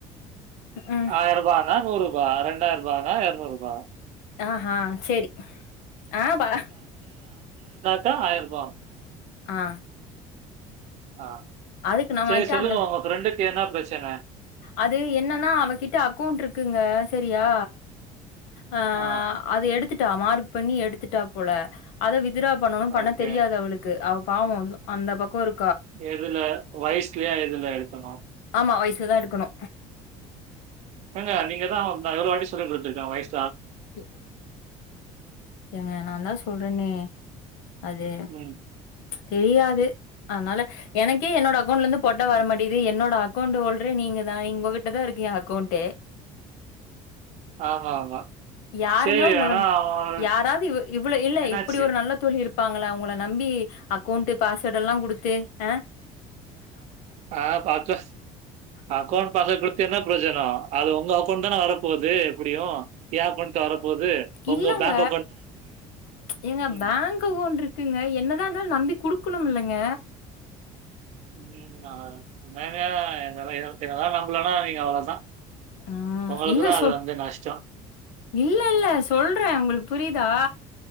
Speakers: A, on the left; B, on the right.
A: ம்
B: ஆயரூபானா நூறு பா ரெண்டாயிரூபானா எருநூரூபா
A: ஆஹா செரி ஆ பா
B: கா ஆயிரூபா ஆகு
A: ஆ
B: ஆ
A: அதுக்கு நம்மகிட்ட
B: சரி சொல்லுங்க
A: அந்த
B: உங்க ஃப்ரெண்டுக் என்ன ப்ரச்சன
A: அது என்னன்னா அவகிட்ட அக்கௌண்ட்ருக்குங்க செரியா அ
B: ஆ
A: அது எடுத்துட் டா மார்க் பண்ணி எடுத்துட்டா போல அத வித் த்துரா பண்ணனு பண்ண
B: ஓகே.
A: தெரியாது அவளுக்கு அவ் பாவோ வந்து அந்த பக்கோ ஒரு
B: எதுல வயசுலயா எது தா எடுக்கணு
A: மா வயசுலதா எடுக்கணு
B: ஏங்க நீங்க தா நா எவ்ளோ வாட்டி சொல்லி குடுத்துருக்க வயஸ்
A: எ ஏங்க நான் தான் சொல்றேன்னே அது
B: ம்.
A: தெரியாது அதனால எனக்கே என்னோட அக்கௌண்ட்லந்து போட்டா வர மாட்டிது என்னோட அக்கௌண்ட் ஹோல்டறே நீங்க தான் நீங் உகிட்டதான் இருக்கு ஏ அக்கௌண்ட்டே
B: ஆமா ஆமா
A: யாருங்க
B: சரி
A: உங்களன்
B: ஆனா அவன்
A: யாராவது இவ்வு இவ்வளவு இல்ல
B: என்னாச்சு?
A: இப்புடி ஒரு நல்ல தொழி இருப்பாங்களா உங்கள நம்பி அக்கௌண்ட்டு பாஸ்வேர்டல்லா குடுத்து ஆ
B: ஆஹ் பாதே அக்கௌண்ட பாஸ்வோர்ட் குடுத்து என்னப் ப்ரோசினோ அது உங்க அக்கவுண்ட்க்கு தானே வரப்போது எப்புடியு என் அக்கவுண்ட் கா வரப்போது. வரப்
A: இல்லங்க,
B: உங்க பேங்க்
A: ஏங்க
B: ம்.
A: பேங்க் அகவுண்ட்ருக்குங்க என்ன ன்னால்தாலும் நம்பி குடுக்குணும் இல்லைங்க
B: <unintelligible> ன எங்களால்லா எல் எங்களல்லா நம்பலனா நீங்க அவ்வளவுதான்
A: ம்
B: உங்களுக்குதா
A: இல்ல சொ
B: அது வந்து நஷ்டோ
A: இல்ல இல்ல சொல்றேன் உங்களுக்கு புரியுதா